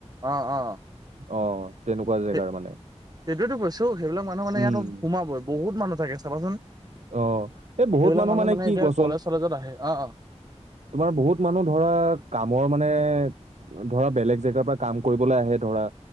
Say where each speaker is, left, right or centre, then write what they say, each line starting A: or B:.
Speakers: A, on the right; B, on the right.
A: অ' অ'।
B: অ'। তেনেকুৱা জেগাৰ
A: সে-সেইটোয়েটো
B: মানে
A: কৈছো সেইবিলাক মানুহ মানে ইয়াত
B: উম।
A: সোমাবই, বহুত মানুহ থাকে চাবাচোন।
B: অ', এই বহুত
A: সেইবিলাক
B: মানুহ মানে কি
A: এতিয়া
B: কোৱাচোন
A: কলেজ চলেজত আহে অ অ
B: তোমাৰ বহুত মানুহ ধৰা কামৰ মানে ধৰা বেলেগ জেগাৰ পৰা কাম কৰিবলৈ আহে ধৰা,